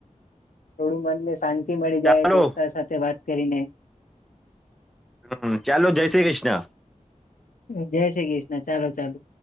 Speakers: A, on the left; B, in the centre.
A: થોડું મનને શાંત તી મળી જાય
B: ચાલો
A: દોસ્તા સાથે વાત કરીને.
B: હમ્મ, ચાલો જય શ્રી કૃષ્ણ.
A: જય શ્રી કૃષ્ણ, ચાલો ચાલો.